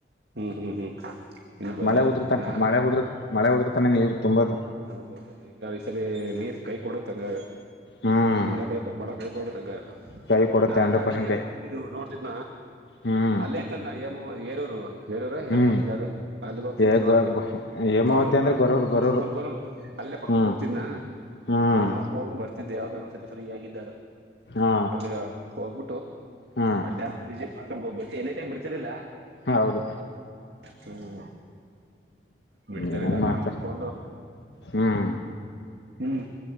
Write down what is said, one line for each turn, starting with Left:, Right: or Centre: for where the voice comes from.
Right: ಹ್ಮ್ ಹ್ಮ್ ಹ್ಮ್ ಇನ್ನು ಬಂದಿಲ್ಲ
Left: ಮಳೆ ಉದರ್ತಾನೆ
Right: ನಾ
Left: ಮಳೆ ಉದ್ರ ಮಳೆ ಉದ್ರತಾನೆ ನೀವು ತುಂಬದ
Right: ಹೌದ ಹೌದು ಹಿಂಗ ಈ ಸರಿ ನೀರ್ ಕೈ ಕೊಡತ್ ಹಂಗ
Left: ಹ್ಮ್
Right: ಮಳೆ ಬೇಕ ಮಳೆ ಬೇಕ ನೋಡ ಹಂಗರ್
Left: ಕೈ ಕೊಡುತ್ತೆ
Right: ನಾನಿದ್ದಾಗ
Left: ಹಂಡ್ರೆಡ್ ಪರ್ಸೆಂಟ್
Right: ನೀರ್
Left: ಕೈ
Right: ಮೂ ಇದು ನೋಡ್ತಿದ್ನಾ
Left: ಹ್ಮ್
Right: ಅಲ್ಲೇ ಐತಲ್ಲ ಹೇಮ ಹೇರೂರು ಹೇರೂರ ಹೆೇಮತ್
Left: ಹ್ಮ್
Right: ಇದಾರ ಅಲ್ಲಿಗೆ ಹೋಗ್ತಿದ್ದೆ
Left: ಏ ಗೊ
Right: ನೋಡಕ್ಕೆ
Left: ಗೊ- ಹೇಮಾವತಿ
Right: ಗೊರೂರ್
Left: ಅಂದ್ರೆ
Right: ಗೊರೂರ್
Left: ಗೊರೂರು ಗೊರೂರು
Right: ಗ ಗೋರ್ ಗೊರು ಅಲ್ಲೇ ಪಕ್ಕಕ್ಕೆ
Left: ಹ್ಮ್
Right: ಹೋಗ್ತಿದ್ನ
Left: ಹ್ಮ್
Right: ನೋಡ್ ಹೋಗ್ ಬರ್ತಿದ್ದೆ ಯಾಗ ಒ ಸತಿ ಫ್ರೀ ಆಗಿದ್ದಾಗ
Left: ಹಾ
Right: ಅಲ್ಲಿಗ ಹೋಗ್ಬಿಟ್ಟು
Left: ಹ್ಮ್
Right: ಆ ಡ್ಯಾಮಜ ಮಾಡ್ಕ್ ಹೋಗ್ ಏನ ಟಮ್ ಬಿಡ್ತಿರ್ಲಿಲ್ಲ
Left: ಹೌದು
Right: ಹ್ಮ ಬಿಟ್ಟತ
Left: ಏನೇನ್
Right: ಜ ನನ್
Left: ಮಾಡ್ತಾರೆ
Right: ನೋಕ್ಕೊಂಡು
Left: ಹ್ಮ್
Right: ಹ್ಮ್